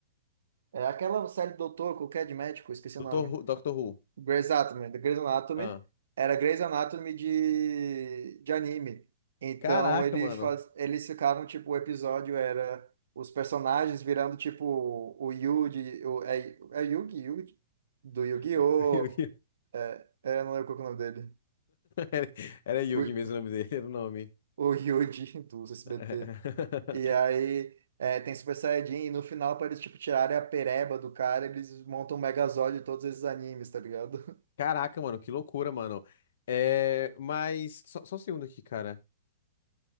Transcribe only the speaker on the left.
Doutor,
Who- Doctor Who.
Ah.
Caraca,
mano.
<laughs> Yugi.
Era, era Yugi
mesmo o nome dele, era o nome.
<laughs>
Caraca, mano, que loucura, mano. É, mas. Só, só um segundo aqui, cara.